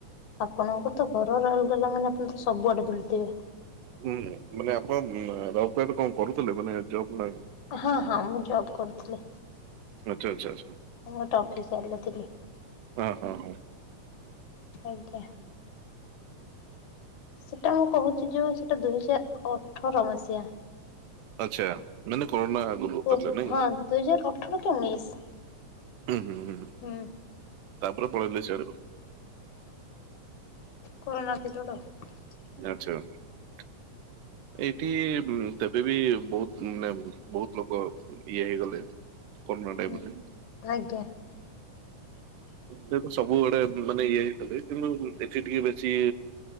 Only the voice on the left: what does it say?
ଆପଣଙ୍କ ତ ଘର ରାଉଲକେଲା ମାନେ ଆପଣ ତ ସବୁଆଡ଼େ ବୁଲିଥିବେ।
ହଁ ହଁ ମୁଁ ଜବ୍ କରୁଥିଲି।
ମୁଁ ଗୋଟେ ଅଫିସ୍ୟାଲି ରେ ଥିଲି
ଆଜ୍ଞା। ସେଟା ଆଉ କହୁଚି ଯୋଉ ସେଟା ଦୁଇହଜାର ଅଠର ମସିହା।
ଓ
ହଁ ଦୁଇ ହଜାର ଅଠର କି ଉଣେଇଶ।
ହଁ
ହଁ। <unintelligible>
ହୁଁ ଆଜ୍ଞା। <unintelligible>